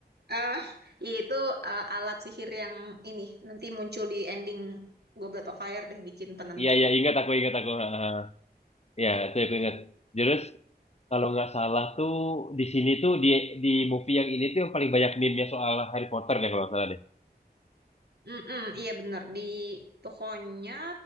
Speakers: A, on the right; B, on the left.
A: Ah, itu eh, alat sihir yang ini nanti muncul di ending Goblet of Fire deh bikin penentu.
B: Iya, iya, ingat aku, ingat aku. Ha, ha. Iya,
A: Gitu.
B: itu aku ingat. Terus, kalau nggak salah tuh, di sini tuh, di, di movie yang ini tuh yang paling banyak meme-nya soal Harry Potter deh, kalau nggak salah deh.
A: Mm-mm, iya benar. Di pokoknya